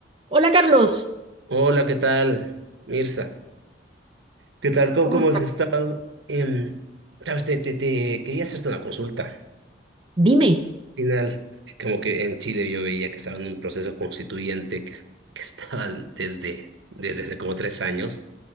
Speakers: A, on the right; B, on the right.
A: Hola Carlos,
B: Hola, ¿qué tal, Mirza? ¿Qué tal? ¿Cómo,
A: ¿cómo
B: cómo
A: estás?
B: has estado? Em, sabes, te, te- te quería hacerte una consulta. Al
A: Dime.
B: final, como que en Chile yo veía que estaban en un proceso constituyente que, es- que estaban desde, desde hace como tres años.